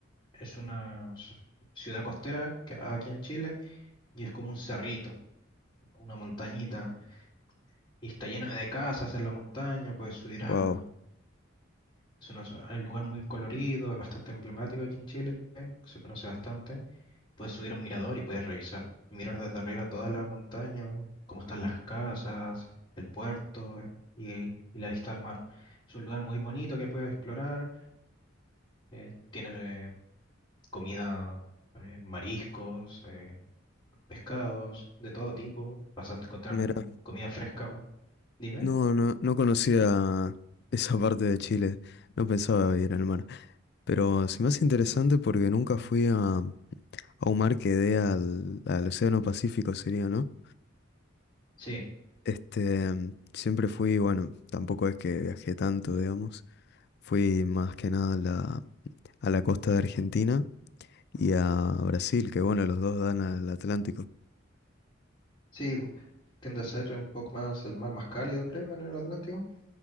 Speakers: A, on the left; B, on the left.
A: Es una s- ciudad costera que aquí en Chile y es como un cerrito, una montañita. Y está llena de casas en la montaña, puedes subir a...
B: Wow,
A: Es una zo- un lugar muy colorido, es bastante emblemático aquí en Chile, que se conoce bastante. Puedes subir a un mirador y puedes revisar, mirar desde arriba toda la montaña, cómo están las casas, el puerto eh, y, y la vista al mar. Es un lugar muy bonito que puedes explorar. eh, tienes eh, comida, eh, mariscos. eh, pescados de todo tipo, vas a encontrar
B: mira,
A: mu- comida fresca. ¿no? Dime.
B: no, no, no conocía <laughs> esa parte de Chile. No pensaba ir al mar. Pero se me hace interesante porque nunca fui a, a un mar que dé al, al Océano Pacífico, sería, ¿no?
A: Sí,
B: Este, siempre fui, bueno, tampoco es que viajé tanto, digamos. Fui más que nada a la, a la costa de Argentina y a Brasil, que bueno, los dos dan al Atlántico.
A: sí, bu- tiende a ser un poco más el mar más cálido, creo, en el Atlántico,